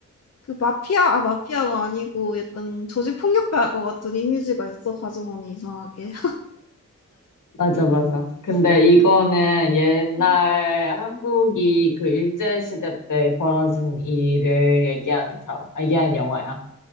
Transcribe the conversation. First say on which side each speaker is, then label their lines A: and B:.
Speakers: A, on the left; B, on the left.
A: 그 마피아, 아, 마피아가 아니고 약간 조직 폭력배일 것 같은 이미지가 있어, 하정우는 이상하게.
B: 맞아, 맞아. 근데 이거는 옛날
A: <laughs>
B: 한국이 그 일제시대 때 벌어진 일을 얘기하는 드라마, 아, 얘기하는 영화야.